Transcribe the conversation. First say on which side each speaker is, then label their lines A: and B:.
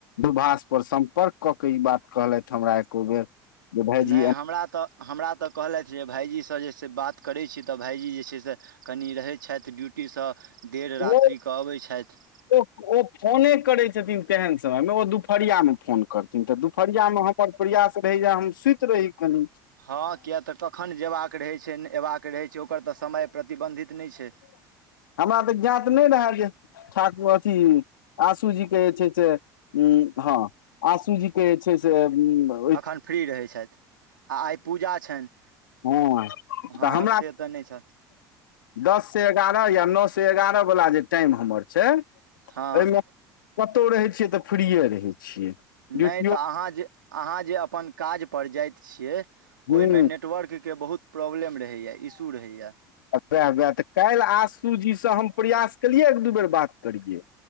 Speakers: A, on the left (about 80°); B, on the right (about 80°).
A: दूभाष पर सम्पर्क कऽ के ई बात कहलथि हमरा एको बेर जे भायजी
B: नहि
A: एना
B: हमरा तऽ हमरा तऽ कहलथि जे भायइजीसँ जे छै बात करैत छी तऽ भाइजी जे छै से कनि रहै छथि ड्यूटीसँ देर रात्रिकेँ
A: ओ
B: अबैत छथि
A: ओ ओ फोने करै छथिन तेहन समयमे ओ दुपहरियामे फोन करथिन तऽ दुपहरियामे हम प्रयास रहै जे हम सुत रही कनि
B: हँ किए तऽ कखन जेयबाक रहै छै अयबाक रहै छै ओकर तऽ समय प्रतिबन्धित नहि छै
A: हमरा तऽ ज्ञात नहि रहए जे ठाकुर अथी आशू जीे जे छै से ह हँ आशूजीे जे छै से उ
B: अखन फ्री रहै छथि आ आय पूजा छनि
A: हँ
B: हँ
A: तऽ हमरा
B: से तऽ नहि छ
A: दस से एगारह या नओ से एगारह वला जे टाइम हमर छै ओहिमे
B: हँ
A: कतौ रहै छियै तऽ फ्रीए रहै छियै
B: नहि
A: ड्यूटियो
B: तऽ अहाँ जे अहाँ जे अपन काज पर जाइत छियै ओहिमे
A: हुँ
B: नेट नेटवर्क के बहुत प्रॉब्लम रहैया इशु रहैया
A: उएह उएह तऽ काल्हि आशू जीसँ हम प्रयास केलियै एक दू बेर बात करियै